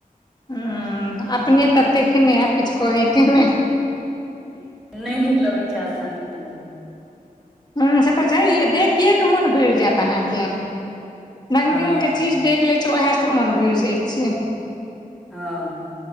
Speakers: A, on the left; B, in the centre.
A: ह अपने तते खेने हैब किछु कहैके ने
B: नय नीक लगै छै अपना नो
A: हँ से तऽ छैहे देखियएके मोन भरि जायत अहाँके, रङ्ग
B: हँ
A: बिरङ्गके चीज देख लै छै ओहे से मोन भरि जाइ छै,
B: हँ।